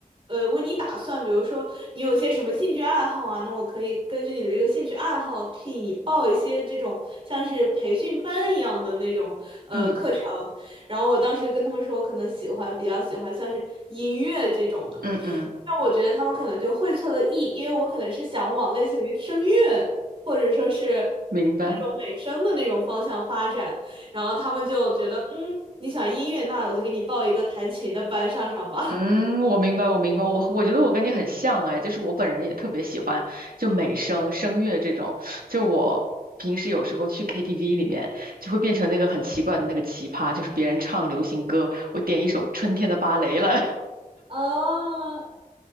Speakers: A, on the right; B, on the right.
A: 呃，为你打算，比如说你有一些什么兴趣爱好啊，那我可以根据你的这个兴趣爱好，替你报一些这种像是培训班一样的那种呃课程。
B: 嗯
A: 然后我当时就跟他们说，我可能喜欢比较喜欢像是音乐这种的。
B: 嗯嗯，
A: 但我觉得他们可能就会错了意，因为我可能是想往类似于声乐或者说是那种美声的那种方向发展，
B: 明白。
A: 然后他们就觉得，嗯，你想音乐，那我就给你报一个弹琴的班上上吧。
B: 嗯，我明白，我明白，我我觉得我跟你很像哎，就是我本人也特别喜欢就美声、声乐这种，就我平时有时候去 KTV 里面就会变成那个很奇怪的那个奇葩，就是别人唱流行歌，我点一首《春天的芭蕾》来，<laughs>
A: <laughs> 哦，